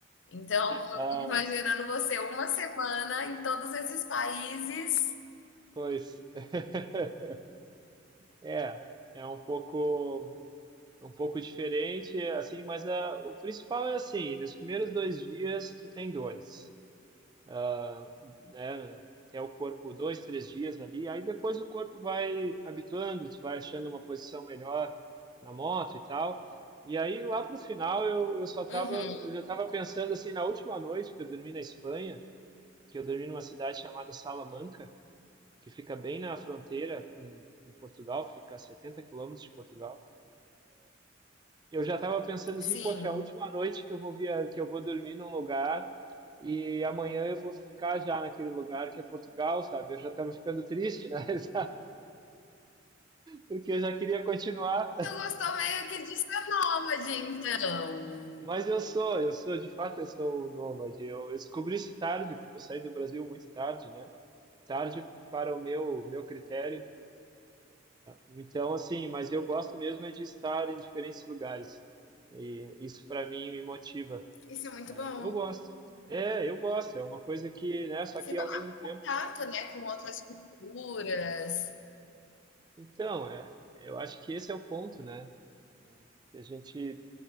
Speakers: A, on the left; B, on the right.
A: Então, eu
B: Ah,
A: fico imaginando você uma semana em todos esses países.
B: pois. <laughs> É, é um pouco, um pouco diferente, assim, mas ah, o principal é assim, nos primeiros dois dias tu tem dores, ah, né? Até o corpo, dois, três dias ali, aí depois o corpo vai habituando, tu vai achando uma posição melhor na moto e tal. E aí lá pro final eu, eu só tava,
A: Uhum,
B: eu já tava pensando assim, na última noite que eu dormi na Espanha, que eu dormi numa cidade chamada Salamanca, que fica bem na fronteira com, com Portugal, fica a 70 quilômetros de Portugal. eu já estava pensando
A: sim.
B: assim, poxa, a última noite que eu vou via, que eu vou dormir num lugar e amanhã eu vou ficar já naquele lugar que é Portugal, sabe? Eu já estava ficando triste, na <laughs> realidade, porque eu já queria continuar.
A: Tu gostou meio que de ser nômade, então.
B: Mas eu sou, eu sou, de fato, eu sou um nômade. Eu descobri isso tarde, porque eu saí do Brasil muito tarde, né? Tarde para o meu, meu critério. Então, assim, mas eu gosto mesmo é de estar em diferentes lugares. E isso para mim me motiva.
A: Isso é muito bom.
B: Eu gosto. É, eu gosto. É uma coisa que, né? Só
A: Sem
B: que
A: falar
B: ao mesmo tempo.
A: contato, né, com outras culturas.
B: Então, é, eu acho que esse é o ponto, né? Que a gente